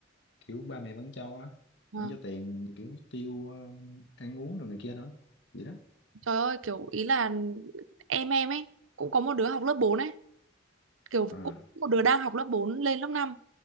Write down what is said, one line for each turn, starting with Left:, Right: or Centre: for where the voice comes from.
Left: kiểu ba mẹ vẫn cho á
Right: vâng.
Left: vẫn cho tiền kiểu tiêu um, ăn uống rồi này kia đó vậy đó
Right: trời ơi kiểu ý là em em ấy cũng có một đứa học lớp 4 ấy kiểu
Left: à,
Right: cũng một đứa đang học lớp 4 lên lớp 5